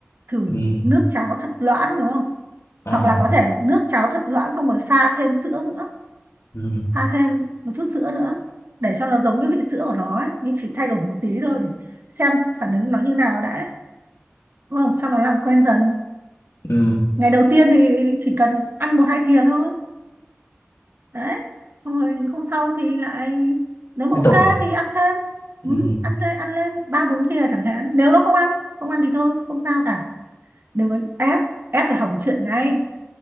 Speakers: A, on the right (about 55°); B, on the left (about 80°).
A: thử
B: ừ
A: nước cháo thật loãng đúng không
B: ờ
A: hoặc là có thể nước cháo thật loãng xong rồi pha thêm sữa nữa
B: ừ.
A: pha thêm một chút sữa nữa để cho nó giống cái vị sữa của nó ấy, nhưng chỉ thay đổi một tí thôi để xem phản ứng nó như nào đã ấy. đúng không cho nó làm quen dần
B: Ừ,
A: ngày đầu tiên thì chỉ cần ăn một hai thìa thôi đấy xong rồi hôm sau thì lại nếu mà
B: tiếp
A: ok
B: tục à
A: thì ăn thêm ừ,
B: ừ.
A: ăn lên ăn lên ba bốn thìa chẳng hạn nếu nó không ăn không ăn thì thôi không sao cả đừng có ép ép là hỏng chuyện ngay